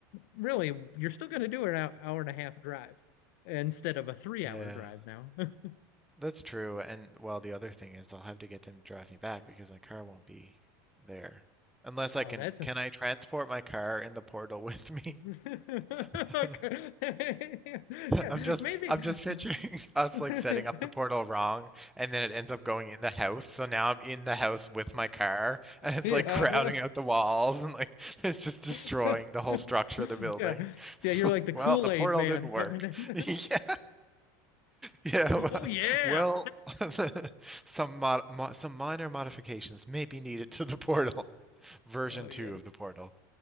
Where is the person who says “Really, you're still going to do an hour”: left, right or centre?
Left